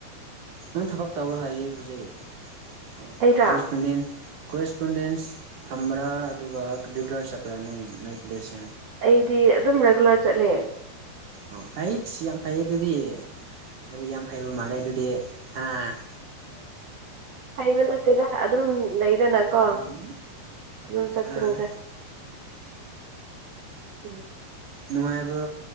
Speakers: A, on the right; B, on the right.
A: ꯅꯪ ꯊꯕꯛ ꯇꯧꯈ꯭ꯔ ꯍꯥꯏꯔꯤ ꯍꯧꯖꯤꯛ ꯑꯣ
B: ꯑꯩꯔꯥ
A: ꯀꯔꯤꯁꯄꯣꯟꯗꯦꯟ ꯀꯣꯔꯦꯁꯄꯣꯟꯗꯦꯟꯁ ꯊꯝꯕ꯭ꯔꯥ ꯑꯗꯨꯒ ꯔꯤꯒꯨꯂꯔ ꯆꯠꯄ꯭ꯔꯥ ꯅꯣꯏ ꯅꯣꯏ ꯄꯨꯂꯦꯁꯁꯦ
B: ꯑꯩꯗꯤ ꯑꯗꯨꯝ ꯔꯦꯒꯨꯂꯔ ꯆꯠꯂꯦ
A: ꯑꯣ ꯑꯩꯠꯁ ꯌꯥꯝ ꯐꯩ ꯑꯗꯨꯗꯤ ꯑꯗꯨꯗꯤ ꯌꯥꯝ ꯐꯩꯕ ꯃꯥꯜꯂꯦ ꯑꯗꯨꯗꯤ ꯍꯥ
B: ꯑꯁꯩꯕ ꯅꯔ ꯑꯗꯨꯝ ꯂꯩꯗꯅ ꯀꯣ
A: ꯎꯝ
B: ꯑꯗꯨꯝ ꯆꯠꯇꯠꯇ꯭ꯔꯤꯗ
A: ꯑꯥ
B: ꯎꯝ
A: ꯅꯨꯡꯉꯥꯏꯕ꯭ꯔꯣ